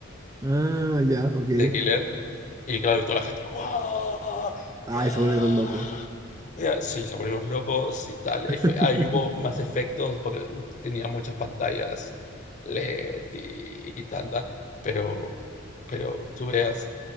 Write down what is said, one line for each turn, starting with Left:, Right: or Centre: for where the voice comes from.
Right: Ah, ya, ok.
Left: de Killer Y claro, y toda la gente, ¡guau!
Right: Ay,
Left: ¡Ya!
Right: se volvieron locos.
Left: Ya, sí, se volvieron locos y tal. Efe
Right: <laughs>
Left: ahí hubo más efectos porque u tenía muchas pantallas LED y y tanta, pero pero tú veas